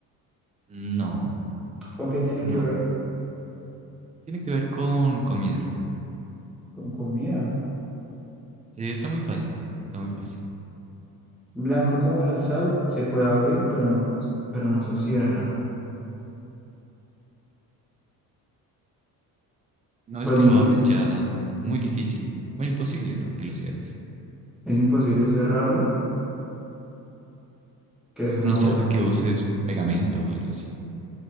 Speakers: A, on the right; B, in the centre.
A: No,
B: ¿Con qué tiene
A: no, no.
B: que ver?
A: Tiene que ver con comida.
B: Con comida.
A: Sí, está muy fácil, está muy fácil.
B: Blanco como la sal, se puede abrir, pero no, pero no se cierra.
A: Una vez
B: Pues
A: que
B: mm,
A: lo abres ya muy difícil, bueno, imposible, ¿no? Que lo cierres.
B: es imposible cerrarlo, que es una
A: A no
B: bo-
A: ser de que uses pegamento o algo así.